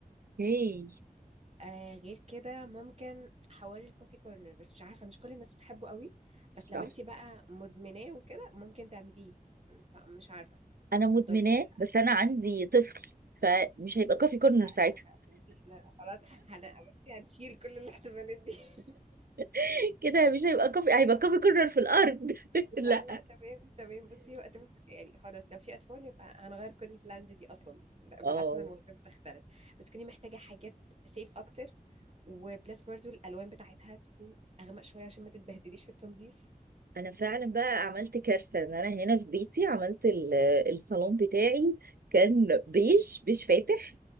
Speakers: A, on the right; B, on the right.
A: هي
B: آه غير كده ممكن حواري الكوفي كورنر بس مش عارفة مش كل الناس بتحبه قوي
A: صح
B: بس لو انت بقى مدمناه وكده ممكن تعمليه فمش عارفة
A: انا مدمناه
B: تفضليه ولا لا
A: بس انا عندي طفل فمش هيبقى كافي كورنر
B: لا
A: ساعتها
B: لا لا بصي احنا خلاص هن- بصي هنشيل كل الاحتمالات دي <laughs>
A: <laughs> كده مش هيبقى كافي هيبقى كافي كورنر في الارض <laughs> لا
B: لا لا تمام تمام بصي وقت ما- يعني خلاص لو في اطفال يبقى هنغير كل البلانز دي اصلا لا
A: اه
B: بحس ان الموضوع بتختلف بتكوني محتاجة حاجات سيف اكتر وبلس برضو الالوان بتاعتها تكون اغمق شوية عشان ما تتبهدليش في التنظيف
A: انا فعلا بقى عملت كارثه ان انا هنا في بيتي عملت ال- الصالون بتاعي كان بيج بيج فاتح